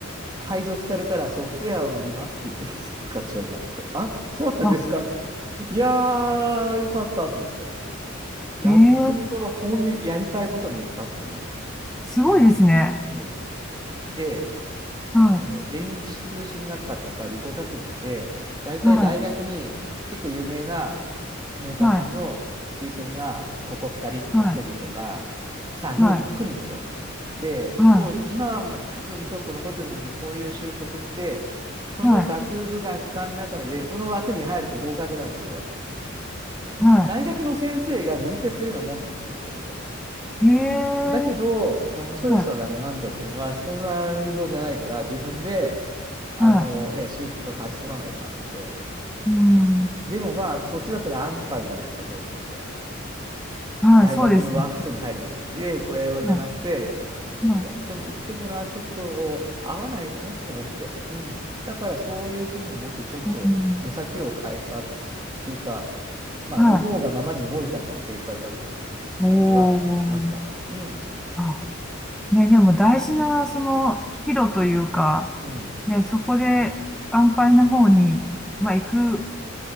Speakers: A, on the right; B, in the centre.
A: 配属されたらソフトウェアを売りますって言ってて、その課長が。<laughs> あ、そうなんですか
B: あ、
A: いやー、よかったと思って。やっとその本、
B: ええ、
A: やりたいことに行ったっていうね。
B: すごいですね。
A: うんそうで
B: は
A: その電子通信学科とか理工学部って、大体大学に結構有名なメーカーさんの推薦が、
B: い、はい、はい、
A: ここ2人とか1人とか3人とか来るんですよ。
B: はい。はい、
A: で、
B: は
A: 当時、今はもう多分ちょっと残ってると思うんですけど、そういう就職って、その学部学科の中で、
B: い、はい、
A: その枠に入ると合格なんですよ。
B: は
A: 大学の先生が面接するようなもんなんですよ、そこで。
B: い。へえ、
A: だけど、その勝者だの何度っていうのは、
B: はい、
A: そんなルートじゃないから、自分で、あのね、
B: は
A: 就職が勝ち取らないかんので、
B: い。うん、
A: でもまあ、そっちだったら安牌じゃないですか、正直言って。
B: はい、
A: 大学のワーク数に入ればいいんだ。
B: そうですね。
A: で、それはじゃなくて、
B: は
A: いや、でもな、これやっても、
B: い、はい、
A: 言ってもな、ちょっと合わないよね、と思って。うん。だから、そういうふうに思って、ちょっと目先を変えたっ
B: うん、
A: ていうか、まあ、
B: はい。
A: 思うがままに動いたのが正解だったなっていう感じはしました。
B: おー。
A: うん。
B: あ、ね、でも大事な、その、岐路というか、
A: うん。
B: ね、そこで安泰な方に、まあ、行く